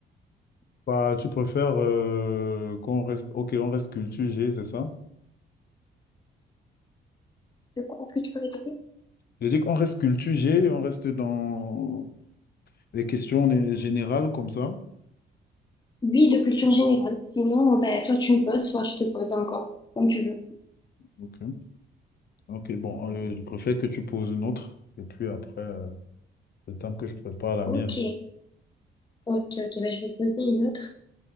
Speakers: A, on the left; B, on the left.
A: Bah, tu préfères euh, qu'on reste... OK, on reste culture G, c'est ça?
B: De quoi? Est-ce que tu peux répéter?
A: J'ai dit qu'on reste culture G, on reste dans les questions des- générales comme ça.
B: Oui, de culture générale. Sinon, ben, soit tu me poses, soit je te pose encore, comme tu veux.
A: OK. OK, bon, euh, je préfère que tu poses une autre. Et puis après, euh, le temps que je prépare la
B: Ok,
A: mienne.
B: ok, ok, bah, je vais te poser une autre.